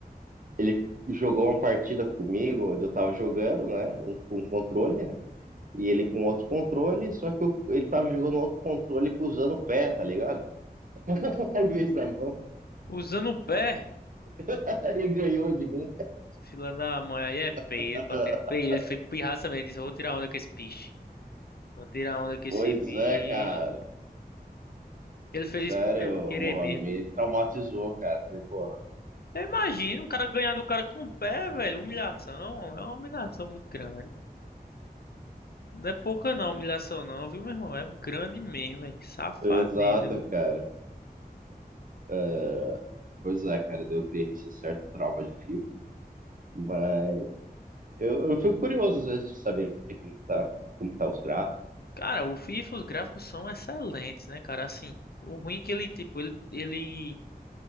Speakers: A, on the right; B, on the left.
A: ele jogou uma partida comigo, onde eu tava jogando, né? Um, com um controle, né? E ele com outro controle, só que eu- ele tava jogando outro controle com usando o pé, tá ligado? <laughs> Em vez da mão.
B: Usando o pé,
A: <laughs> Ele ganhou de mim.
B: fila da mãe aí é peso
A: <laughs>
B: pra ser feio. Ele foi pirraça mesmo. Disse: Eu vou tirar onda com esse bicho. Vou tirar onda com esse
A: Pois
B: bicho.
A: é, cara.
B: Ele fez
A: Sério,
B: isso porque querer
A: Mohamed,
B: mesmo.
A: me traumatizou, cara. Falei, porra.
B: Eu imagino o cara ganhar do cara com o pé, velho. Humilhação. É uma humilhação muito grande. Não é pouca não, humilhação não, viu, meu irmão? É grande mesmo, velho. Safadeza,
A: Exato,
B: viu?
A: cara. Uh, pois é, cara, eu criei esse certo trauma de FIFA. Mas eu, eu fico curioso às vezes de saber como que tá, como que tá os gráficos.
B: Cara, o FIFA, os gráficos são excelentes, né, cara? Assim, o ruim é que ele, tipo, ele, ele